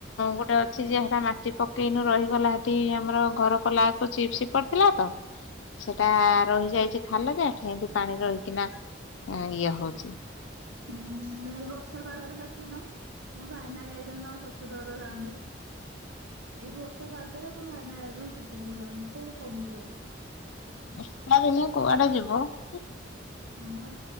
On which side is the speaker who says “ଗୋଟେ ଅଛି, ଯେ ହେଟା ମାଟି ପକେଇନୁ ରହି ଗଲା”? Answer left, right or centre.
Left